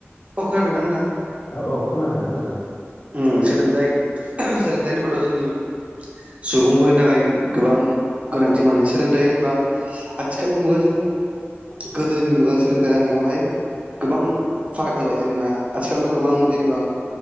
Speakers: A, on the right; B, on the left.
A: अ खोनादों ना नोंथा?
B: औ औ खोनादों खोनादों
A: ओम सोलोंथाइ सोलोंथाइ होनोबाथ' जोंनि सुबुंफोरनि थाखाय गोबां गोनांथि माने सोलोंथाइ होनबा आथिखालनि मुगाजों गोदोनि मुगायाव सोलोंथाइ लानायावहाय गोबां
B: औ
A: फाराग जाबाय जेनेबा आथिखालावथ' गोबां जेनेबा